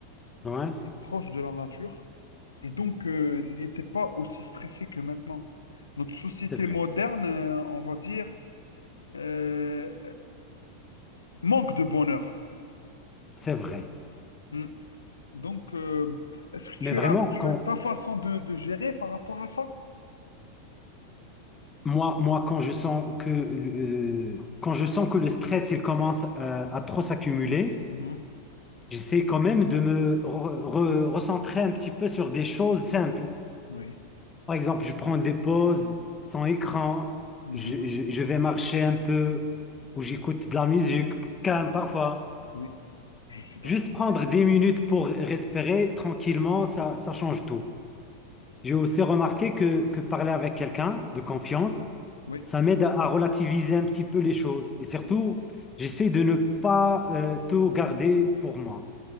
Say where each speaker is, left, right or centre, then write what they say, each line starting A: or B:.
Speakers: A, on the left; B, on the left.
A: Ouais,
B: et proche de la nature, et donc euh, il n'était pas aussi stressé que maintenant. Notre société
A: c'est vrai,
B: moderne, euh, on va dire, euh, Manque de bonheur.
A: c'est vrai.
B: Hmm. Donc, euh, est-ce que
A: Mais
B: tu
A: vraiment,
B: as, tu
A: quand,
B: as ta façon de, de gérer par rapport à ça?
A: Moi, moi, quand je sens que, euh, quand je sens que le stress, il commence euh, à trop s'accumuler,
B: Mhm.
A: j'essaie quand même de me re- re- recentrer un petit peu sur des choses simples.
B: Oui.
A: Par exemple, je prends des pauses sans écran,
B: Mhm.
A: je, je- je vais marcher un peu ou j'écoute de la musique calme parfois.
B: Oui, je suis d'accord.
A: Juste prendre des minutes pour respirer tranquillement, ça, ça change tout. J'ai aussi remarqué que, que parler
B: Mhm.
A: avec quelqu'un de confiance,
B: Mhm. Oui.
A: Ça m'aide à à relativiser un petit peu les choses. Et surtout,
B: Oui.
A: j'essaie de ne pas euh, tout garder pour moi.